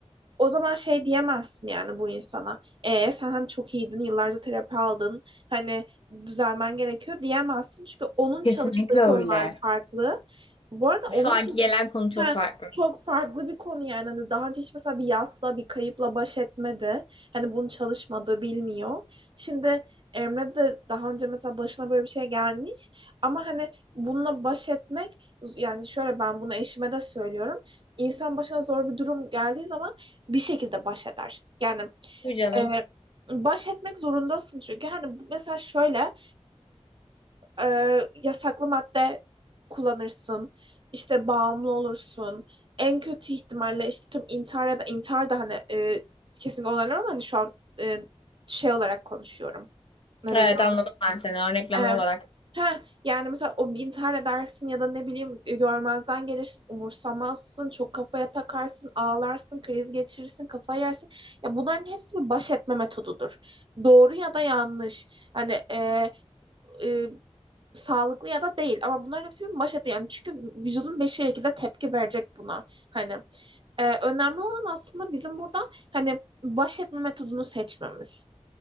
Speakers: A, on the right (about 50°); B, on the left (about 55°).
A: o zaman şey diyemezsin yani bu insana. E sen hani çok iyiydin, yıllarca terapi aldın. Hani düzelmen gerekiyor diyemezsin. Çünkü onun
B: Kesinlikle
A: çalıştığı
B: öyle.
A: konular farklı. Bu arada onun
B: Şu anki
A: için
B: gelen konu çok
A: Heh,
B: farklı.
A: çok farklı bir konu yani. Hani daha önce hiç mesela bir yasla, bir kayıpla baş etmedi. Hani bunu çalışmadı, bilmiyor. Şimdi Emre de daha önce mesela başına böyle bir şey gelmiş. Ama hani bununla baş etmek yani şöyle ben bunu eşime de söylüyorum. İnsan başına zor bir durum geldiği zaman bir şekilde baş eder. Yani
B: Tabii canım.
A: e, baş etmek zorundasın çünkü hani mesela şöyle e, yasaklı madde kullanırsın işte bağımlı olursun en kötü ihtimalle işte tüm intihar ya da intihar da hani e, kesinlikle onaylamam ama hani şu an e, şey olarak konuşuyorum neden?
B: Evet anladım ben seni örnekleme
A: Ee,
B: olarak.
A: heh, yani mesela o intihar dersin ya da ne bileyim e, görmezden gelirsin, umursamazsın, çok kafaya takarsın, ağlarsın, kriz geçirirsin, kafa yersin. Ya bunların hepsi bir baş etme metodudur. Doğru ya da yanlış. Hani e, e, sağlıklı ya da değil ama bunların hepsi bir baş etme. Yani çünkü vücudun bir şekilde tepki verecek buna. Hani e, önemli olan aslında bizim burada hani baş etme metodunu seçmemiz